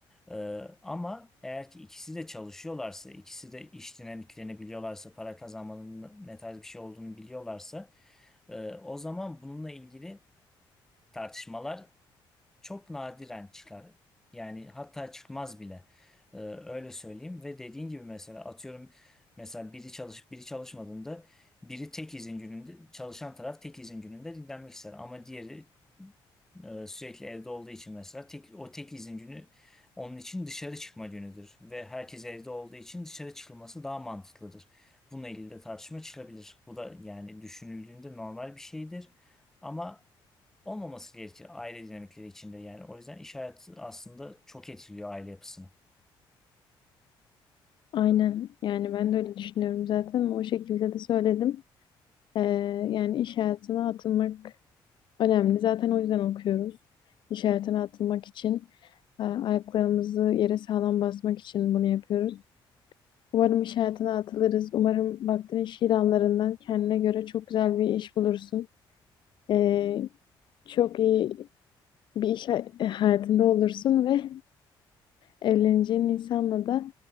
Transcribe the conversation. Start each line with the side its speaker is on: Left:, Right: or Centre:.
Centre: Ee, ama eğer ki ikisi de çalışıyorlarsa, ikisi de iş dinamiklerini biliyorlarsa, para kazanmanın ne tarz bir şey olduğunu biliyorlarsa, e, o zaman bununla ilgili tartışmalar çok nadiren çıkar. Yani hatta çıkmaz bile. Ee, öyle söyleyeyim ve dediğin gibi mesela atıyorum mesela biri çalış biri çalışmadığında biri tek izin gününde çalışan taraf tek izin gününde dinlenmek ister ama diğeri e, sürekli evde olduğu için mesela tek, o tek izin günü onun için dışarı çıkma günüdür ve herkes evde olduğu için dışarı çıkılması daha mantıklıdır. Bununla ilgili de tartışma çıkabilir. Bu da yani düşünüldüğünde normal bir şeydir. Ama olmaması gerekir aile dinamikleri içinde yani. O yüzden iş hayatı aslında çok etkiliyor aile yapısını.
Left: Aynen. Yani ben de öyle düşünüyorum zaten. O şekilde de söyledim. E, yani iş hayatına atılmak önemli. Zaten o yüzden okuyoruz. İş hayatına atılmak için, e, ayaklarımızı yere sağlam basmak için bunu yapıyoruz. Umarım iş hayatına atılırız. Umarım baktığın iş ilanlarından kendine göre çok güzel bir iş bulursun. Ee, çok iyi bir iş hay- e, hayatında olursun ve evleneceğin insanla da